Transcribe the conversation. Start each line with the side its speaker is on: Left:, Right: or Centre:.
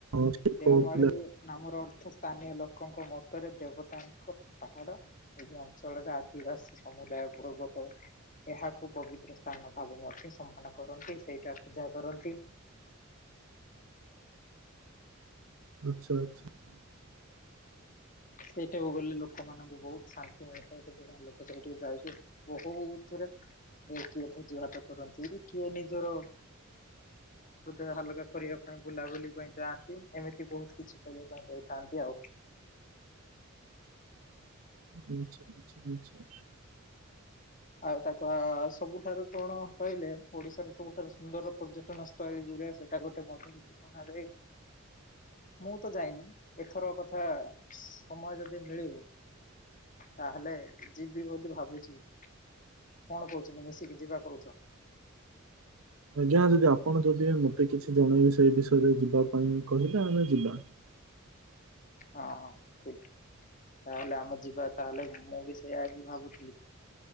Right: ଅଛି
Left: ଦେଓମାଳି
Right: କହୁଥିଲେ
Left: ନାମର ଅର୍ଥ ସ୍ଥାନୀୟ ଲୋକଙ୍କ ମତରେ ଦେବତାଙ୍କ ପାହାଡ। ଏହି ଅଞ୍ଚଳରେ ଆଦିବାସୀ ସମୁଦାୟ ପର୍ବତ। ଏହାକୁ ପବିତ୍ର ସ୍ଥାନ ଭାବେ ମଧ୍ୟ ସମ୍ମାନ କରନ୍ତି, ସେଇଟା ପୂଜା କରନ୍ତି।
Right: ଆଚ୍ଛା ଆଚ୍ଛା। ଆଚ୍ଛା
Left: ସେଇଠାକୁ ଗଲେ ଲୋକମାନଙ୍କୁ ବୋହୁତ୍ ଶାନ୍ତି ମିଳିଥାଏ। ସେଥିପାଇଁ ଲୋକ ସେଇଠିକୁ ଯାଇକି ବୋହୁତ୍ ରେ କିଏ ଭୋଜି ଭାତ କରନ୍ତି, କିଏ ନିଜର ହୃଦୟ ହାଲକା କରିବା ପାଇଁ ବୁଲାବୁଲି ପାଇଁ ଯାଆନ୍ତି। ଏମିତି ବୋହୁତ୍ କିଛି କରିବା ପାଇଁ ଯାଇଥାନ୍ତି ଆଉ।
Right: ଆଛା ଆଛା।
Left: ଆଉ ତାକୁ ସବୁଠାରୁ କଣ କହିଲେ, ଓଡିଶାର ସବୁଠାରୁ ସୁନ୍ଦର ପର୍ଯ୍ୟଟନ ସ୍ତଳି ଗୁରେ, ସେଇଟା ଗୋଟେ ମଧ୍ୟ ଗଣା ଯାଏ। ମୁଁ ତ ଯାଇନି। ଏଥର କଥା ସମୟ ଯଦି ମିଳିବ ତାହେଲେ ଯିବି ବୋଲି ଭାବୁଛି। କଣ କହୁଛନ୍ତି ମିଶିକି ଯିବା କହୁଛ?
Right: ଆଜ୍ଞା ଯଦି ଆପଣ ଯଦି ମତେ କିଛି ଜଣେଇବେ ସେଇ ବିଷୟରେ, ଯିବା ପାଇଁ କହିଲେ ଆମେ ଯିବା।
Left: ହଁ, ଠିକ୍। ତାହେଲେ ଆମେ ଯିବା ତାହେଲେ, ମୁଁ ବି ସେଇଆ ଆଜି ଭାବୁଥିଲି।